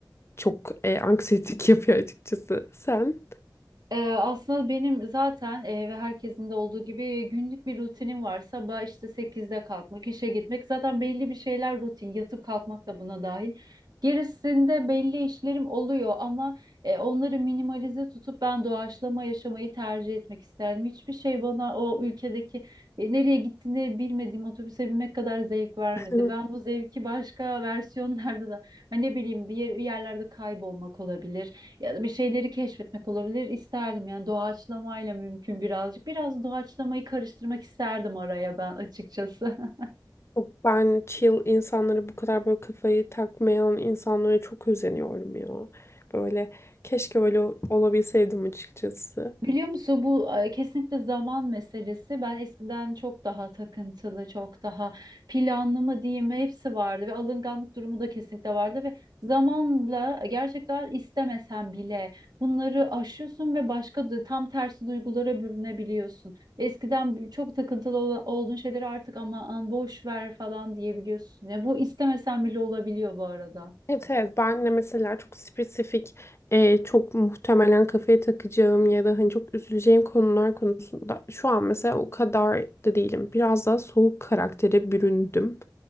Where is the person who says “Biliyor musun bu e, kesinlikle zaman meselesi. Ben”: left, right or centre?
Right